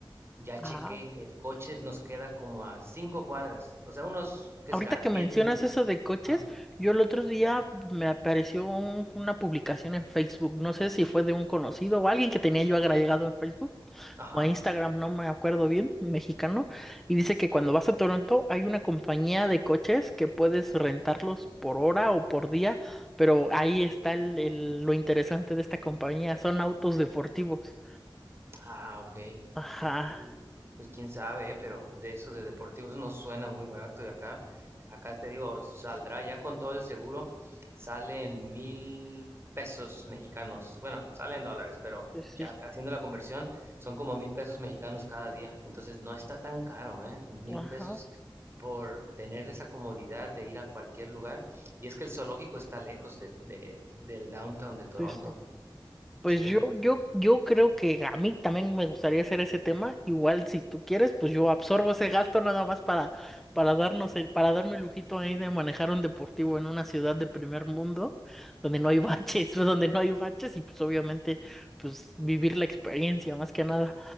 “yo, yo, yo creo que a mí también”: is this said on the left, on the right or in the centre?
Centre